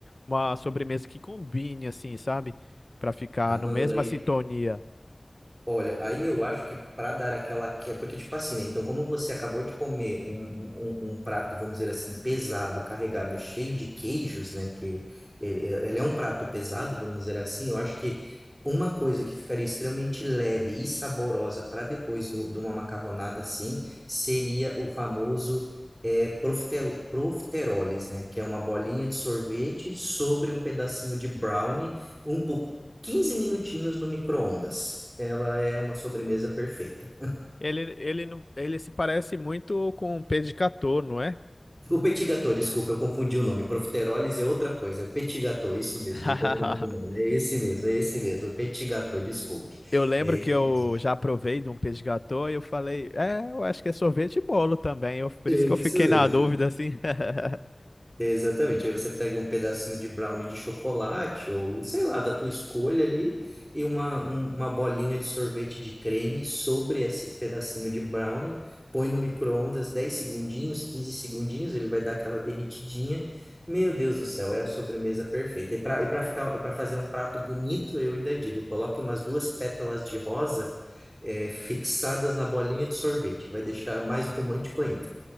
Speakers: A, on the left; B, on the right.
A: uma sobremesa que combine assim, sabe? Para ficar
B: Ah, mano,
A: no mesma
B: daí
A: sintonia.
B: Olha, aí eu acho que para dar aquela que porque tipo assim, né? Então, como você acabou de comer um, um, um- um prato, vamos dizer assim, pesado, carregado, cheio de queijos, né? Que ele, ele é um prato pesado, vamos dizer assim. Eu acho que uma coisa que ficaria extremamente leve e saborosa para depois do, de uma macarronada assim seria o famoso é, profite- profiteroles, né? Que é uma bolinha de sorvete sobre um pedacinho de brownie um. po- 15 minutinhos no micro-ondas. Ela é uma sobremesa perfeita.
A: Ele ele não- ele se parece muito com um peixe de gâteau, não é?
B: O petit gâteau, desculpa, eu confundi o nome. Profiteroles é outra coisa, é o petit gâteau, isso mesmo,
A: <laughs>
B: eu confundi o nome. É esse mesmo, é esse mesmo, o petit gâteau, desculpe.
A: Eu lembro
B: É
A: que
B: isso
A: eu
B: mesmo,
A: já provei de um peixe de gâteau e eu falei, é, eu acho que é sorvete e bolo também. Eu, por
B: é
A: isso que eu fiquei
B: isso mesmo.
A: na dúvida assim. <laughs>
B: Exatamente. Aí você pega um pedacinho de brownie de chocolate, ou sei lá, da tua escolha ali, e uma, um- uma bolinha de sorvete de creme sobre esse pedacinho de brownie, põe no micro-ondas 10 segundinhos, 15 segundinhos, ele vai dar aquela derretidinha. Meu Deus do céu, é a sobremesa perfeita. E para e para ficar, para fazer um prato bonito, eu ainda digo, coloque umas duas pétalas de rosa, eh, fixadas na bolinha de sorvete, vai deixar mais romântico ainda.